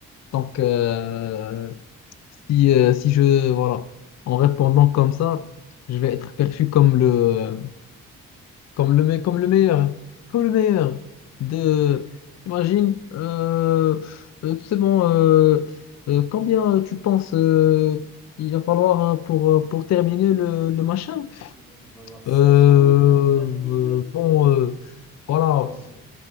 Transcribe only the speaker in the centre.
Il va te falloir 500
099
euh,
<laughs> ah
ouais,